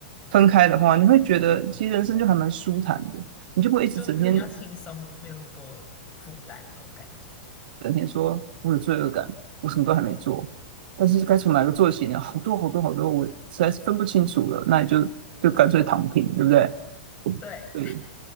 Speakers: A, on the right; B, on the left.
A: 分开的话，你会觉得其实人生就还蛮舒坦的，你就不会一直整天嗯
B: 就比较轻松，没有那么多负担那种感觉。
A: 整天说我有罪恶感，我什么都还没做，但是该从哪个做起呢？好多好多好多，我实在是分不清楚了，那你就就干脆躺平，对不对？
B: 对，
A: 对，